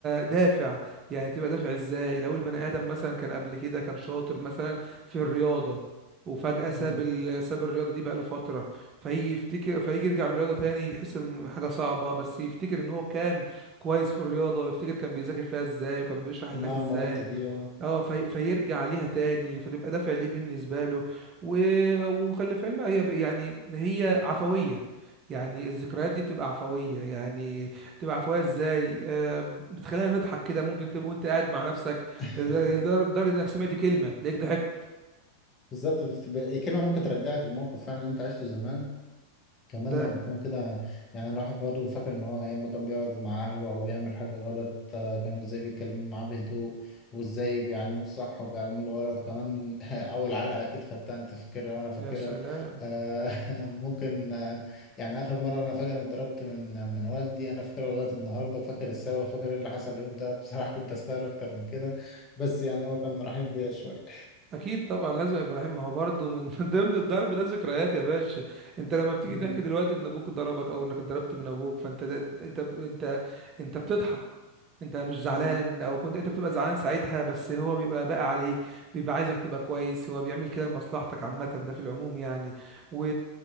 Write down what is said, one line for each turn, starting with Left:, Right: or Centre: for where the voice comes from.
Right: دافع يعني تبقى دافع ازاي لو البني ادم مثلا كان قبل كده كان شاطر مثلا في الرياضة وفجأة ساب
Left: مم.
Right: ال... ساب الرياضة دي بقاله فترة فيجي يفتكر فيجي يرجع للرياضة تاني يحس ان حاجة صعبة بس يفتكر ان هو كان كويس في الرياضة ويفتكر كان بيذاكر فيها ازاي وكان بيشرح للناس
Left: مع
Right: ازاي
Left: المواد دي اه
Right: اه في... فيرجع ليها تاني فتبقى دافع ليه بالنسبة له و... وخلي في علمها هي ب- يعني هي عفوية يعني الذكريات دي بتبقى عفوية يعني بتبقى عفوية ازاي آه بتخلينا نضحك كده ممكن تبقى وانت قاعد مع نفسك
Left: <laughs>
Right: لدر- لدرجة انك سمعت كلمة تلاقيك ضحكت
Left: بالظبط بت- ب- كلمة ممكن ترجعك لموقف فعلا أنت عشته زمان كمان
Right: فده
Left: لما يكون كده يعني الواحد برضه فاكر إن هو أيام ما كان بيقعد مع أهله أو بيعمل حاجة غلط آه، كانوا إزاي بيتكلموا معاه بهدوء وإزاي بيعلموه الصح وبيعلموه الغلط كمان <laughs> أول علقة أكيد خدتها أنت فاكرها وأنا فاكرها
Right: يا سلام
Left: آه، <laughs> ممكن آه، يعني آخر مرة أنا فاكر إني اتضربت من من والدي أنا فاكرها لغاية النهاردة وفاكر السبب وفاكر إيه اللي حصل اليوم ده <laughs> بصراحة كنت أستاهل أكتر من كده بس يعني هو كان رحيم بيا شوية
Right: اكيد طبعا لازم يا ابراهيم ما هو برضه من <laughs> ضمن الضرب ده ذكريات يا باشا انت لما بتيجي
Left: <laughs> مم.
Right: تحكي دلوقتي ان ابوك ضربك او انك اتضربت من ابوك فانت ده انت انت انت بتضحك انت مش زعلان
Left: مم.
Right: او كنت انت بتبقى زعلان ساعتها بس هو بيبقى باقي عليك بيبقى عايزك تبقى كويس هو بيعمل كده لمصلحتك عامه ده في العموم يعني و...